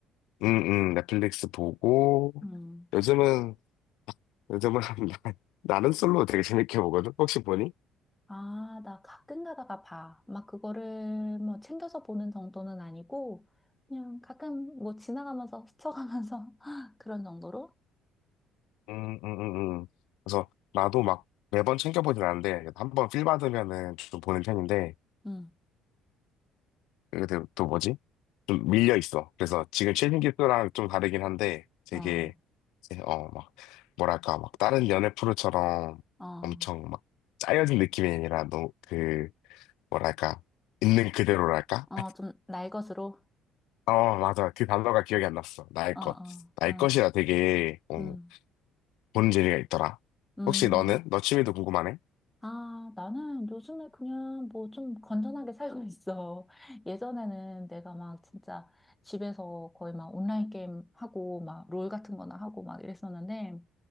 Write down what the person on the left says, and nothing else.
응, 응, 넷플릭스 보고,
요즘은, 요즘은, <laughs> 나는 솔로 되게 재밌게 보거든? 혹시 보니?
응, 응, 응, 응. 그래서 나도 막 매번 챙겨보진 않는데, 한 번 필 받으면은 좀 보는 편인데,
근데 또 뭐지? 좀 밀려 있어. 그래서 지금 최신 기술랑 좀 다르긴 한데 되게
이제 어 막 뭐랄까 막 다른 연애 프로처럼
엄청 막 짜여진 느낌이 아니라 너무 그 뭐랄까 있는 그대로랄까?
<laughs>
어 맞아 그 단어가 기억이 안 났어. 나의
것
나의
것이라 되게 어,
보는 재미가 있더라.
혹시 너는 너 취미도 궁금하네?